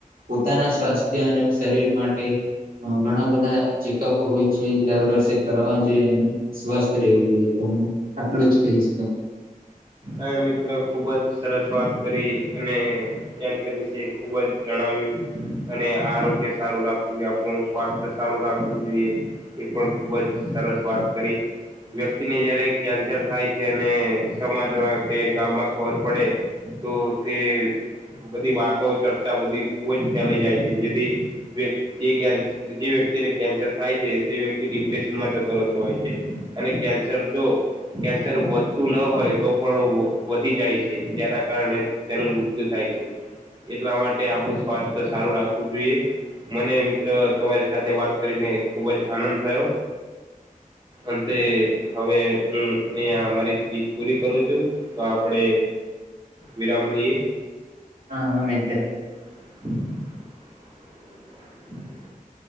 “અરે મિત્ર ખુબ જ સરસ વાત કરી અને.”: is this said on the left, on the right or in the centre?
Right